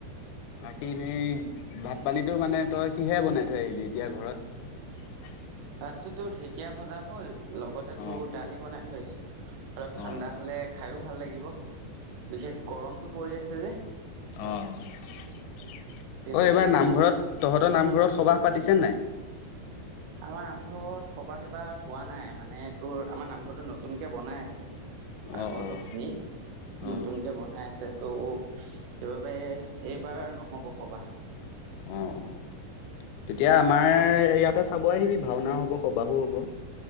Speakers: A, on the left; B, on the right.
A: বাকী এনেই ভাত পানীটো মানে তই কিহেৰে বনাই থৈ আহিলি এতিয়া ঘৰত।
B: ভাতটোতো ঢেকীয়া ভজা হ'ল লগতে
A: অঁ
B: তোৰ দালি বনাই থৈ আহিছো। অলপ
A: অঁ
B: ঠাণ্ডা হলে খাই দিও। ভাল লাগিব। বিশেষ গৰমতটো পৰি আছে। যে
A: আঁহ অঁ
B: সেইবাবে
A: এইবাৰ নামঘৰত তহঁতৰ নামঘৰত সবাহ পাতিছে নাই
B: আমাৰ নামঘৰত সবা সেবা হোৱা নাই মানে তোৰ আমাৰ নামঘৰতৰতটো নতুনকে বনাই আছে
A: অঁ
B: আগৰটো
A: অঁ
B: ভাঙি
A: অঁ
B: নতুনকে বনাই আছে ত' সেইবাবে এইবাৰ নহব সবাহ
A: অঁ অঁ তেতিয়া আমাৰ ইয়াতে চাব আহিবি ভাওনাও হ'ব সবাহো হ'ব